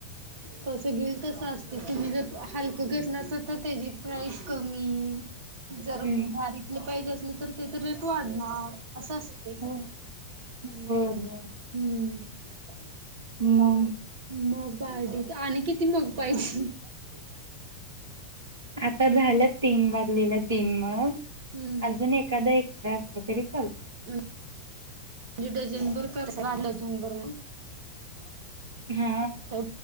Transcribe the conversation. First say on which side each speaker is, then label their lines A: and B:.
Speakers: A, on the right; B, on the right.
A: कसं घेईल तसं असते तुम्ही जर हलकं घेतला अस तर त्याची प्राइस कमी जर
B: हम्म
A: भारीतलं पाहिजे असलं तर त्याच रेट वाढणार असं असते
B: होय बर बर
A: हम्म
B: मग
A: मग बाडीत आणि किती त मग पाहिजे
B: आता झालं तीन बाजलेला तीन मग
A: हम्म
B: अजून एखादा एक त्या अस तरी चालत
A: म्हणजे डजनभर कराय डजनभर मग
B: हा
A: का